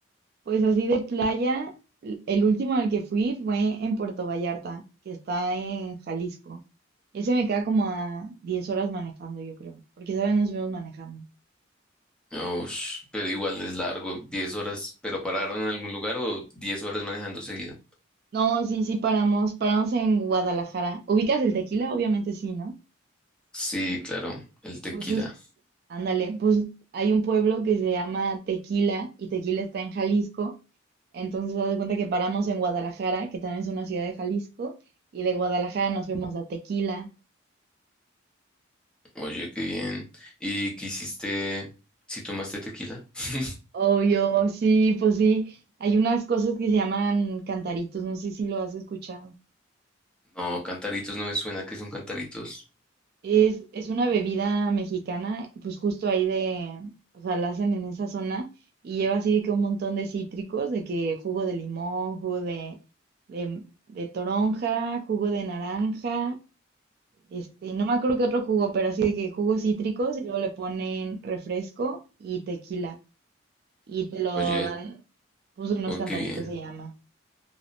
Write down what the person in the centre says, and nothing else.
Ush, pero igual es largo, diez horas, pero pararon en algún lugar o 10 horas manejando seguido.
Sí, claro, el tequila.
Oye, qué bien. ¿Y qué hiciste si tomaste tequila? <laughs>
No, cantaritos no me suena que son cantaritos.
Oye,
Oh,
qué bien,